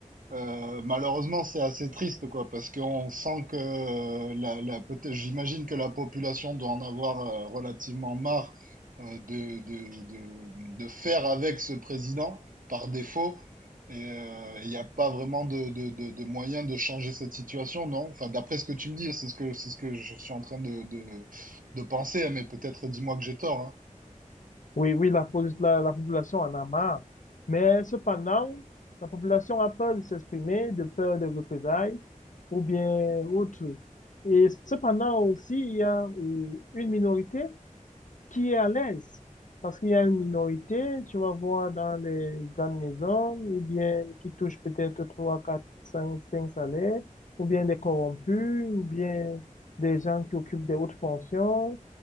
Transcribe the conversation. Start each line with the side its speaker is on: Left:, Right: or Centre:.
Right: Euh, malheureusement, c'est assez triste, quoi, parce qu'on sent que euh, la, la, peut-être- j'imagine que la population doit en avoir euh, relativement marre euh, de, de, de, de faire avec ce président par défaut. Et euh, il n'y a pas vraiment de, de, de, de moyen de changer cette situation, non? Enfin, d'après ce que tu me dis, c'est ce que, c'est ce que je suis en train de, de, de penser, hein, mais peut-être dis-moi que j'ai tort, hein.
Left: Oui, oui, la, pos- la, la population en a marre. Mais cependant, la population a peur de s'exprimer, de peur de représailles ou bien autre. Et cependant aussi, il y a euh, une minorité qui est à l'aise. Parce qu'il y a une minorité, tu vas voir dans les grandes maisons, ou bien qui touche peut-être 3 4 cinq cinq salaires, ou bien des corrompus, ou bien des gens qui occupent des hautes fonctions.